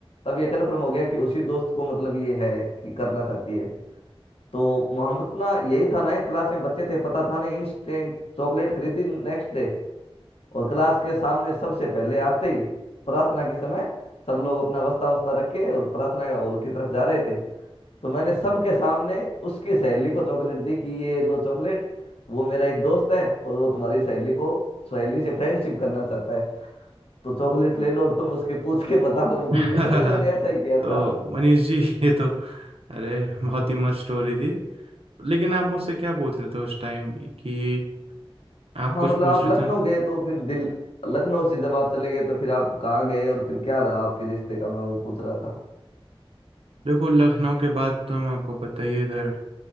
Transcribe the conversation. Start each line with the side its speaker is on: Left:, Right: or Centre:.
Left: तब ये कन्फर्म हो गया कि उसी दोस्त को मतलब ये है कि करना चाहती है तो हम अपना यही था नाइन्थ क्लास में बच्चे थे पता था नहीं इंस्टेंट चॉकलेट खरीदी नेक्स्ट डे और क्लास के सामने सबसे पहले आते ही प्रार्थना के समय सब लोग अपना वस्ता वस्ता रखे और प्रार्थना के हॉल की तरफ जा रहे थे तो मैंने सबके सामने उसकी सहेली को चॉकलेट दी कि ये लो चॉकलेट वो मेरा एक दोस्त है और वो तुम्हारी सहेली को सहेली से फ्रेंडशिप करना चाहता है तो चॉकलेट ले लो और तुम उसके पूछ के बता दो मतलब
Right: <laughs>
Left: लिटरली
Right: तो
Left: मैंने ऐसा ही किया था
Right: मनीष जी ये तो अरे बहुत ही मस्त स्टोरी थी लेकिन आप मुझसे क्या पूछ रहे थे उस टाइम कि आप
Left: हाँ
Right: कुछ
Left: मतलब
Right: पूछ
Left: आप
Right: रहे
Left: लखनऊ
Right: थे
Left: गए तो फिर दिल लखनऊ से जब आप चले गए तो फिर आप कहाँ गए और फिर क्या रहा आपके रिश्ते का मैं वो पूछ रहा था
Right: देखो लखनऊ के बाद तो हम आपको पता ही है, इधर